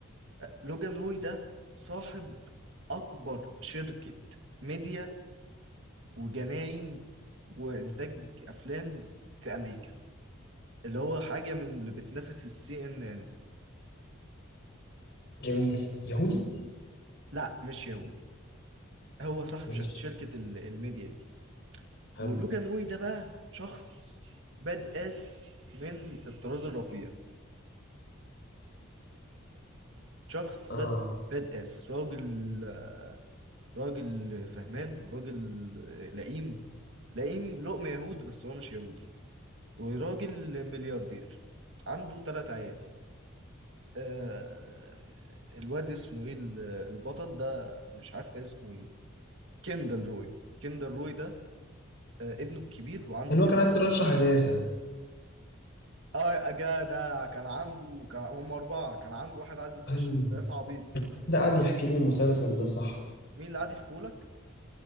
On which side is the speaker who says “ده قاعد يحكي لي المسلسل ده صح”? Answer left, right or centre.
Left